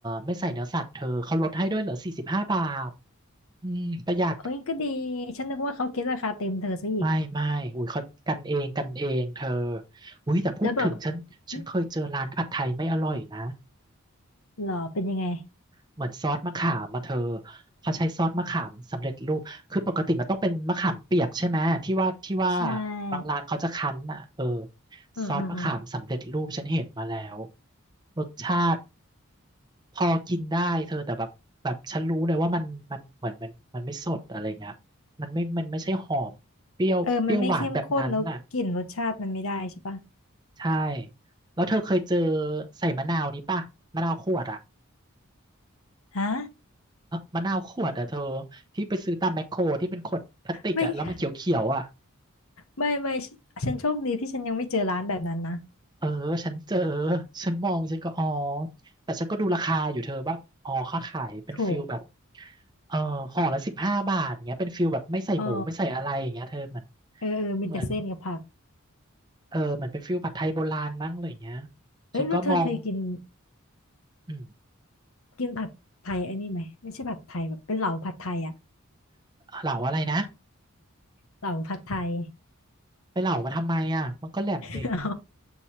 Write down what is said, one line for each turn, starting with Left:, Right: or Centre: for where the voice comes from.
Right: ไม่ใส่เนื้อสัตว์เธอเขาลดให้ด้วยเหลือสี่สิบห้าบาทอืมประหยัด
Left: เอ้ยก็ดีฉันนึกว่าเขาคิดราคาเต็มเธอซะอีก
Right: ไม่ไม่อุ้ยเขากันเองกันเองเธออุ้ยแต่พูดถึงฉันฉันเคยเจอร้านผัดไทยไม่อร่อยนะ
Left: แล้วแบบหึหรอเป็นยังไง
Right: เหมือนซอสมะขามมาเธอเขาใช้ซอสมะขามสำเร็จรูปคือปกติมันต้องเป็นมะขามเปียกใช่ไหมที่ว่าที่ว่า
Left: ใช่
Right: บางร้านเขาจะคั้นอ่ะเออ
Left: อืมอืมอืม
Right: ซอสมะขามสำเร็จรูปฉันเห็นมาแล้วรสชาติพอกินได้เธอแต่แบบแบบฉันรู้เลยว่ามันมันเหมือนมันมันไม่สดอะไรเงี้ยมันไม่มันไม่ใช่หอมเปรี้ยวเปรี้ยวหวานแบบนั้นน่ะ
Left: เออมันไม่เข้มข้นแล้วกลิ่นรสชาติมันไม่ได้ใช่ปะ
Right: ใช่แล้วเธอเคยเจอใส่มะนาวนี้ป่ะมะนาวขวดอ่ะ
Left: ฮะ
Right: เออมะนาวขวดอ่ะเธอที่ไปซื้อตามแมคโครที่เป็นขวดพลาสติกอ่ะแล้วมันเขียวๆอ่ะ
Left: ไม่ <laughs> ไม่ไม่ฉันฉันโชคดีที่ฉันยังไม่เจอร้านแบบนั้นนะ
Right: เออฉันเจอฉันมองฉันก็อ๋อแต่ฉันก็ดูราคาอยู่เธอแบบอ๋อเขาขายเป็นฟิลแบบ
Left: ถูก
Right: เออห่อละสิบห้าบาทอย่างเงี้ยเป็นฟิลแบบไม่ใส่หมูไม่ใส่อะไรอย่างเงี้ยเธอเหมือน
Left: อ๋อเออเออมีแต่เส้นกับผัก
Right: เหมือนเออเหมือนเป็นฟิลผัดไทยโบราณมั้งอะไรอย่างเงี้ย
Left: เอ้ยแล้วเธอเคยกิน
Right: ฉันก็มองอืม
Left: กินผัดไทยไอ้นี่ไหมไม่ใช่ผัดไทยแบบเป็นเหลาผัดไทยอะ
Right: เหล่าอะไรนะ
Left: เหลาผัดไทย
Right: ไปเหล่ามาทำไมอ่ะมันก็แหลมดิ
Left: <laughs> เอา